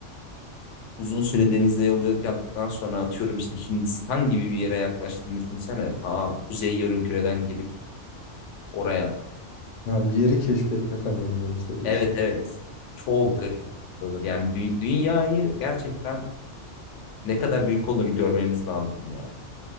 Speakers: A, on the left; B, on the left.
A: Uzun süre
B: Hı.
A: denizde yolculuk yaptıktan sonra atıyorum işte Hindistan gibi bir yere yaklaştığını düşünsene. Ta kuzey yarımküreden gelip oraya
B: Ha, bir yeri keşfetmek anlamında mı söylüyorsun?
A: Evet evet. Çok
B: Of,
A: garip bir his olur. Yani dü- dünyayı gerçekten ne kadar büyük olduğunu görmemiz lazım ya.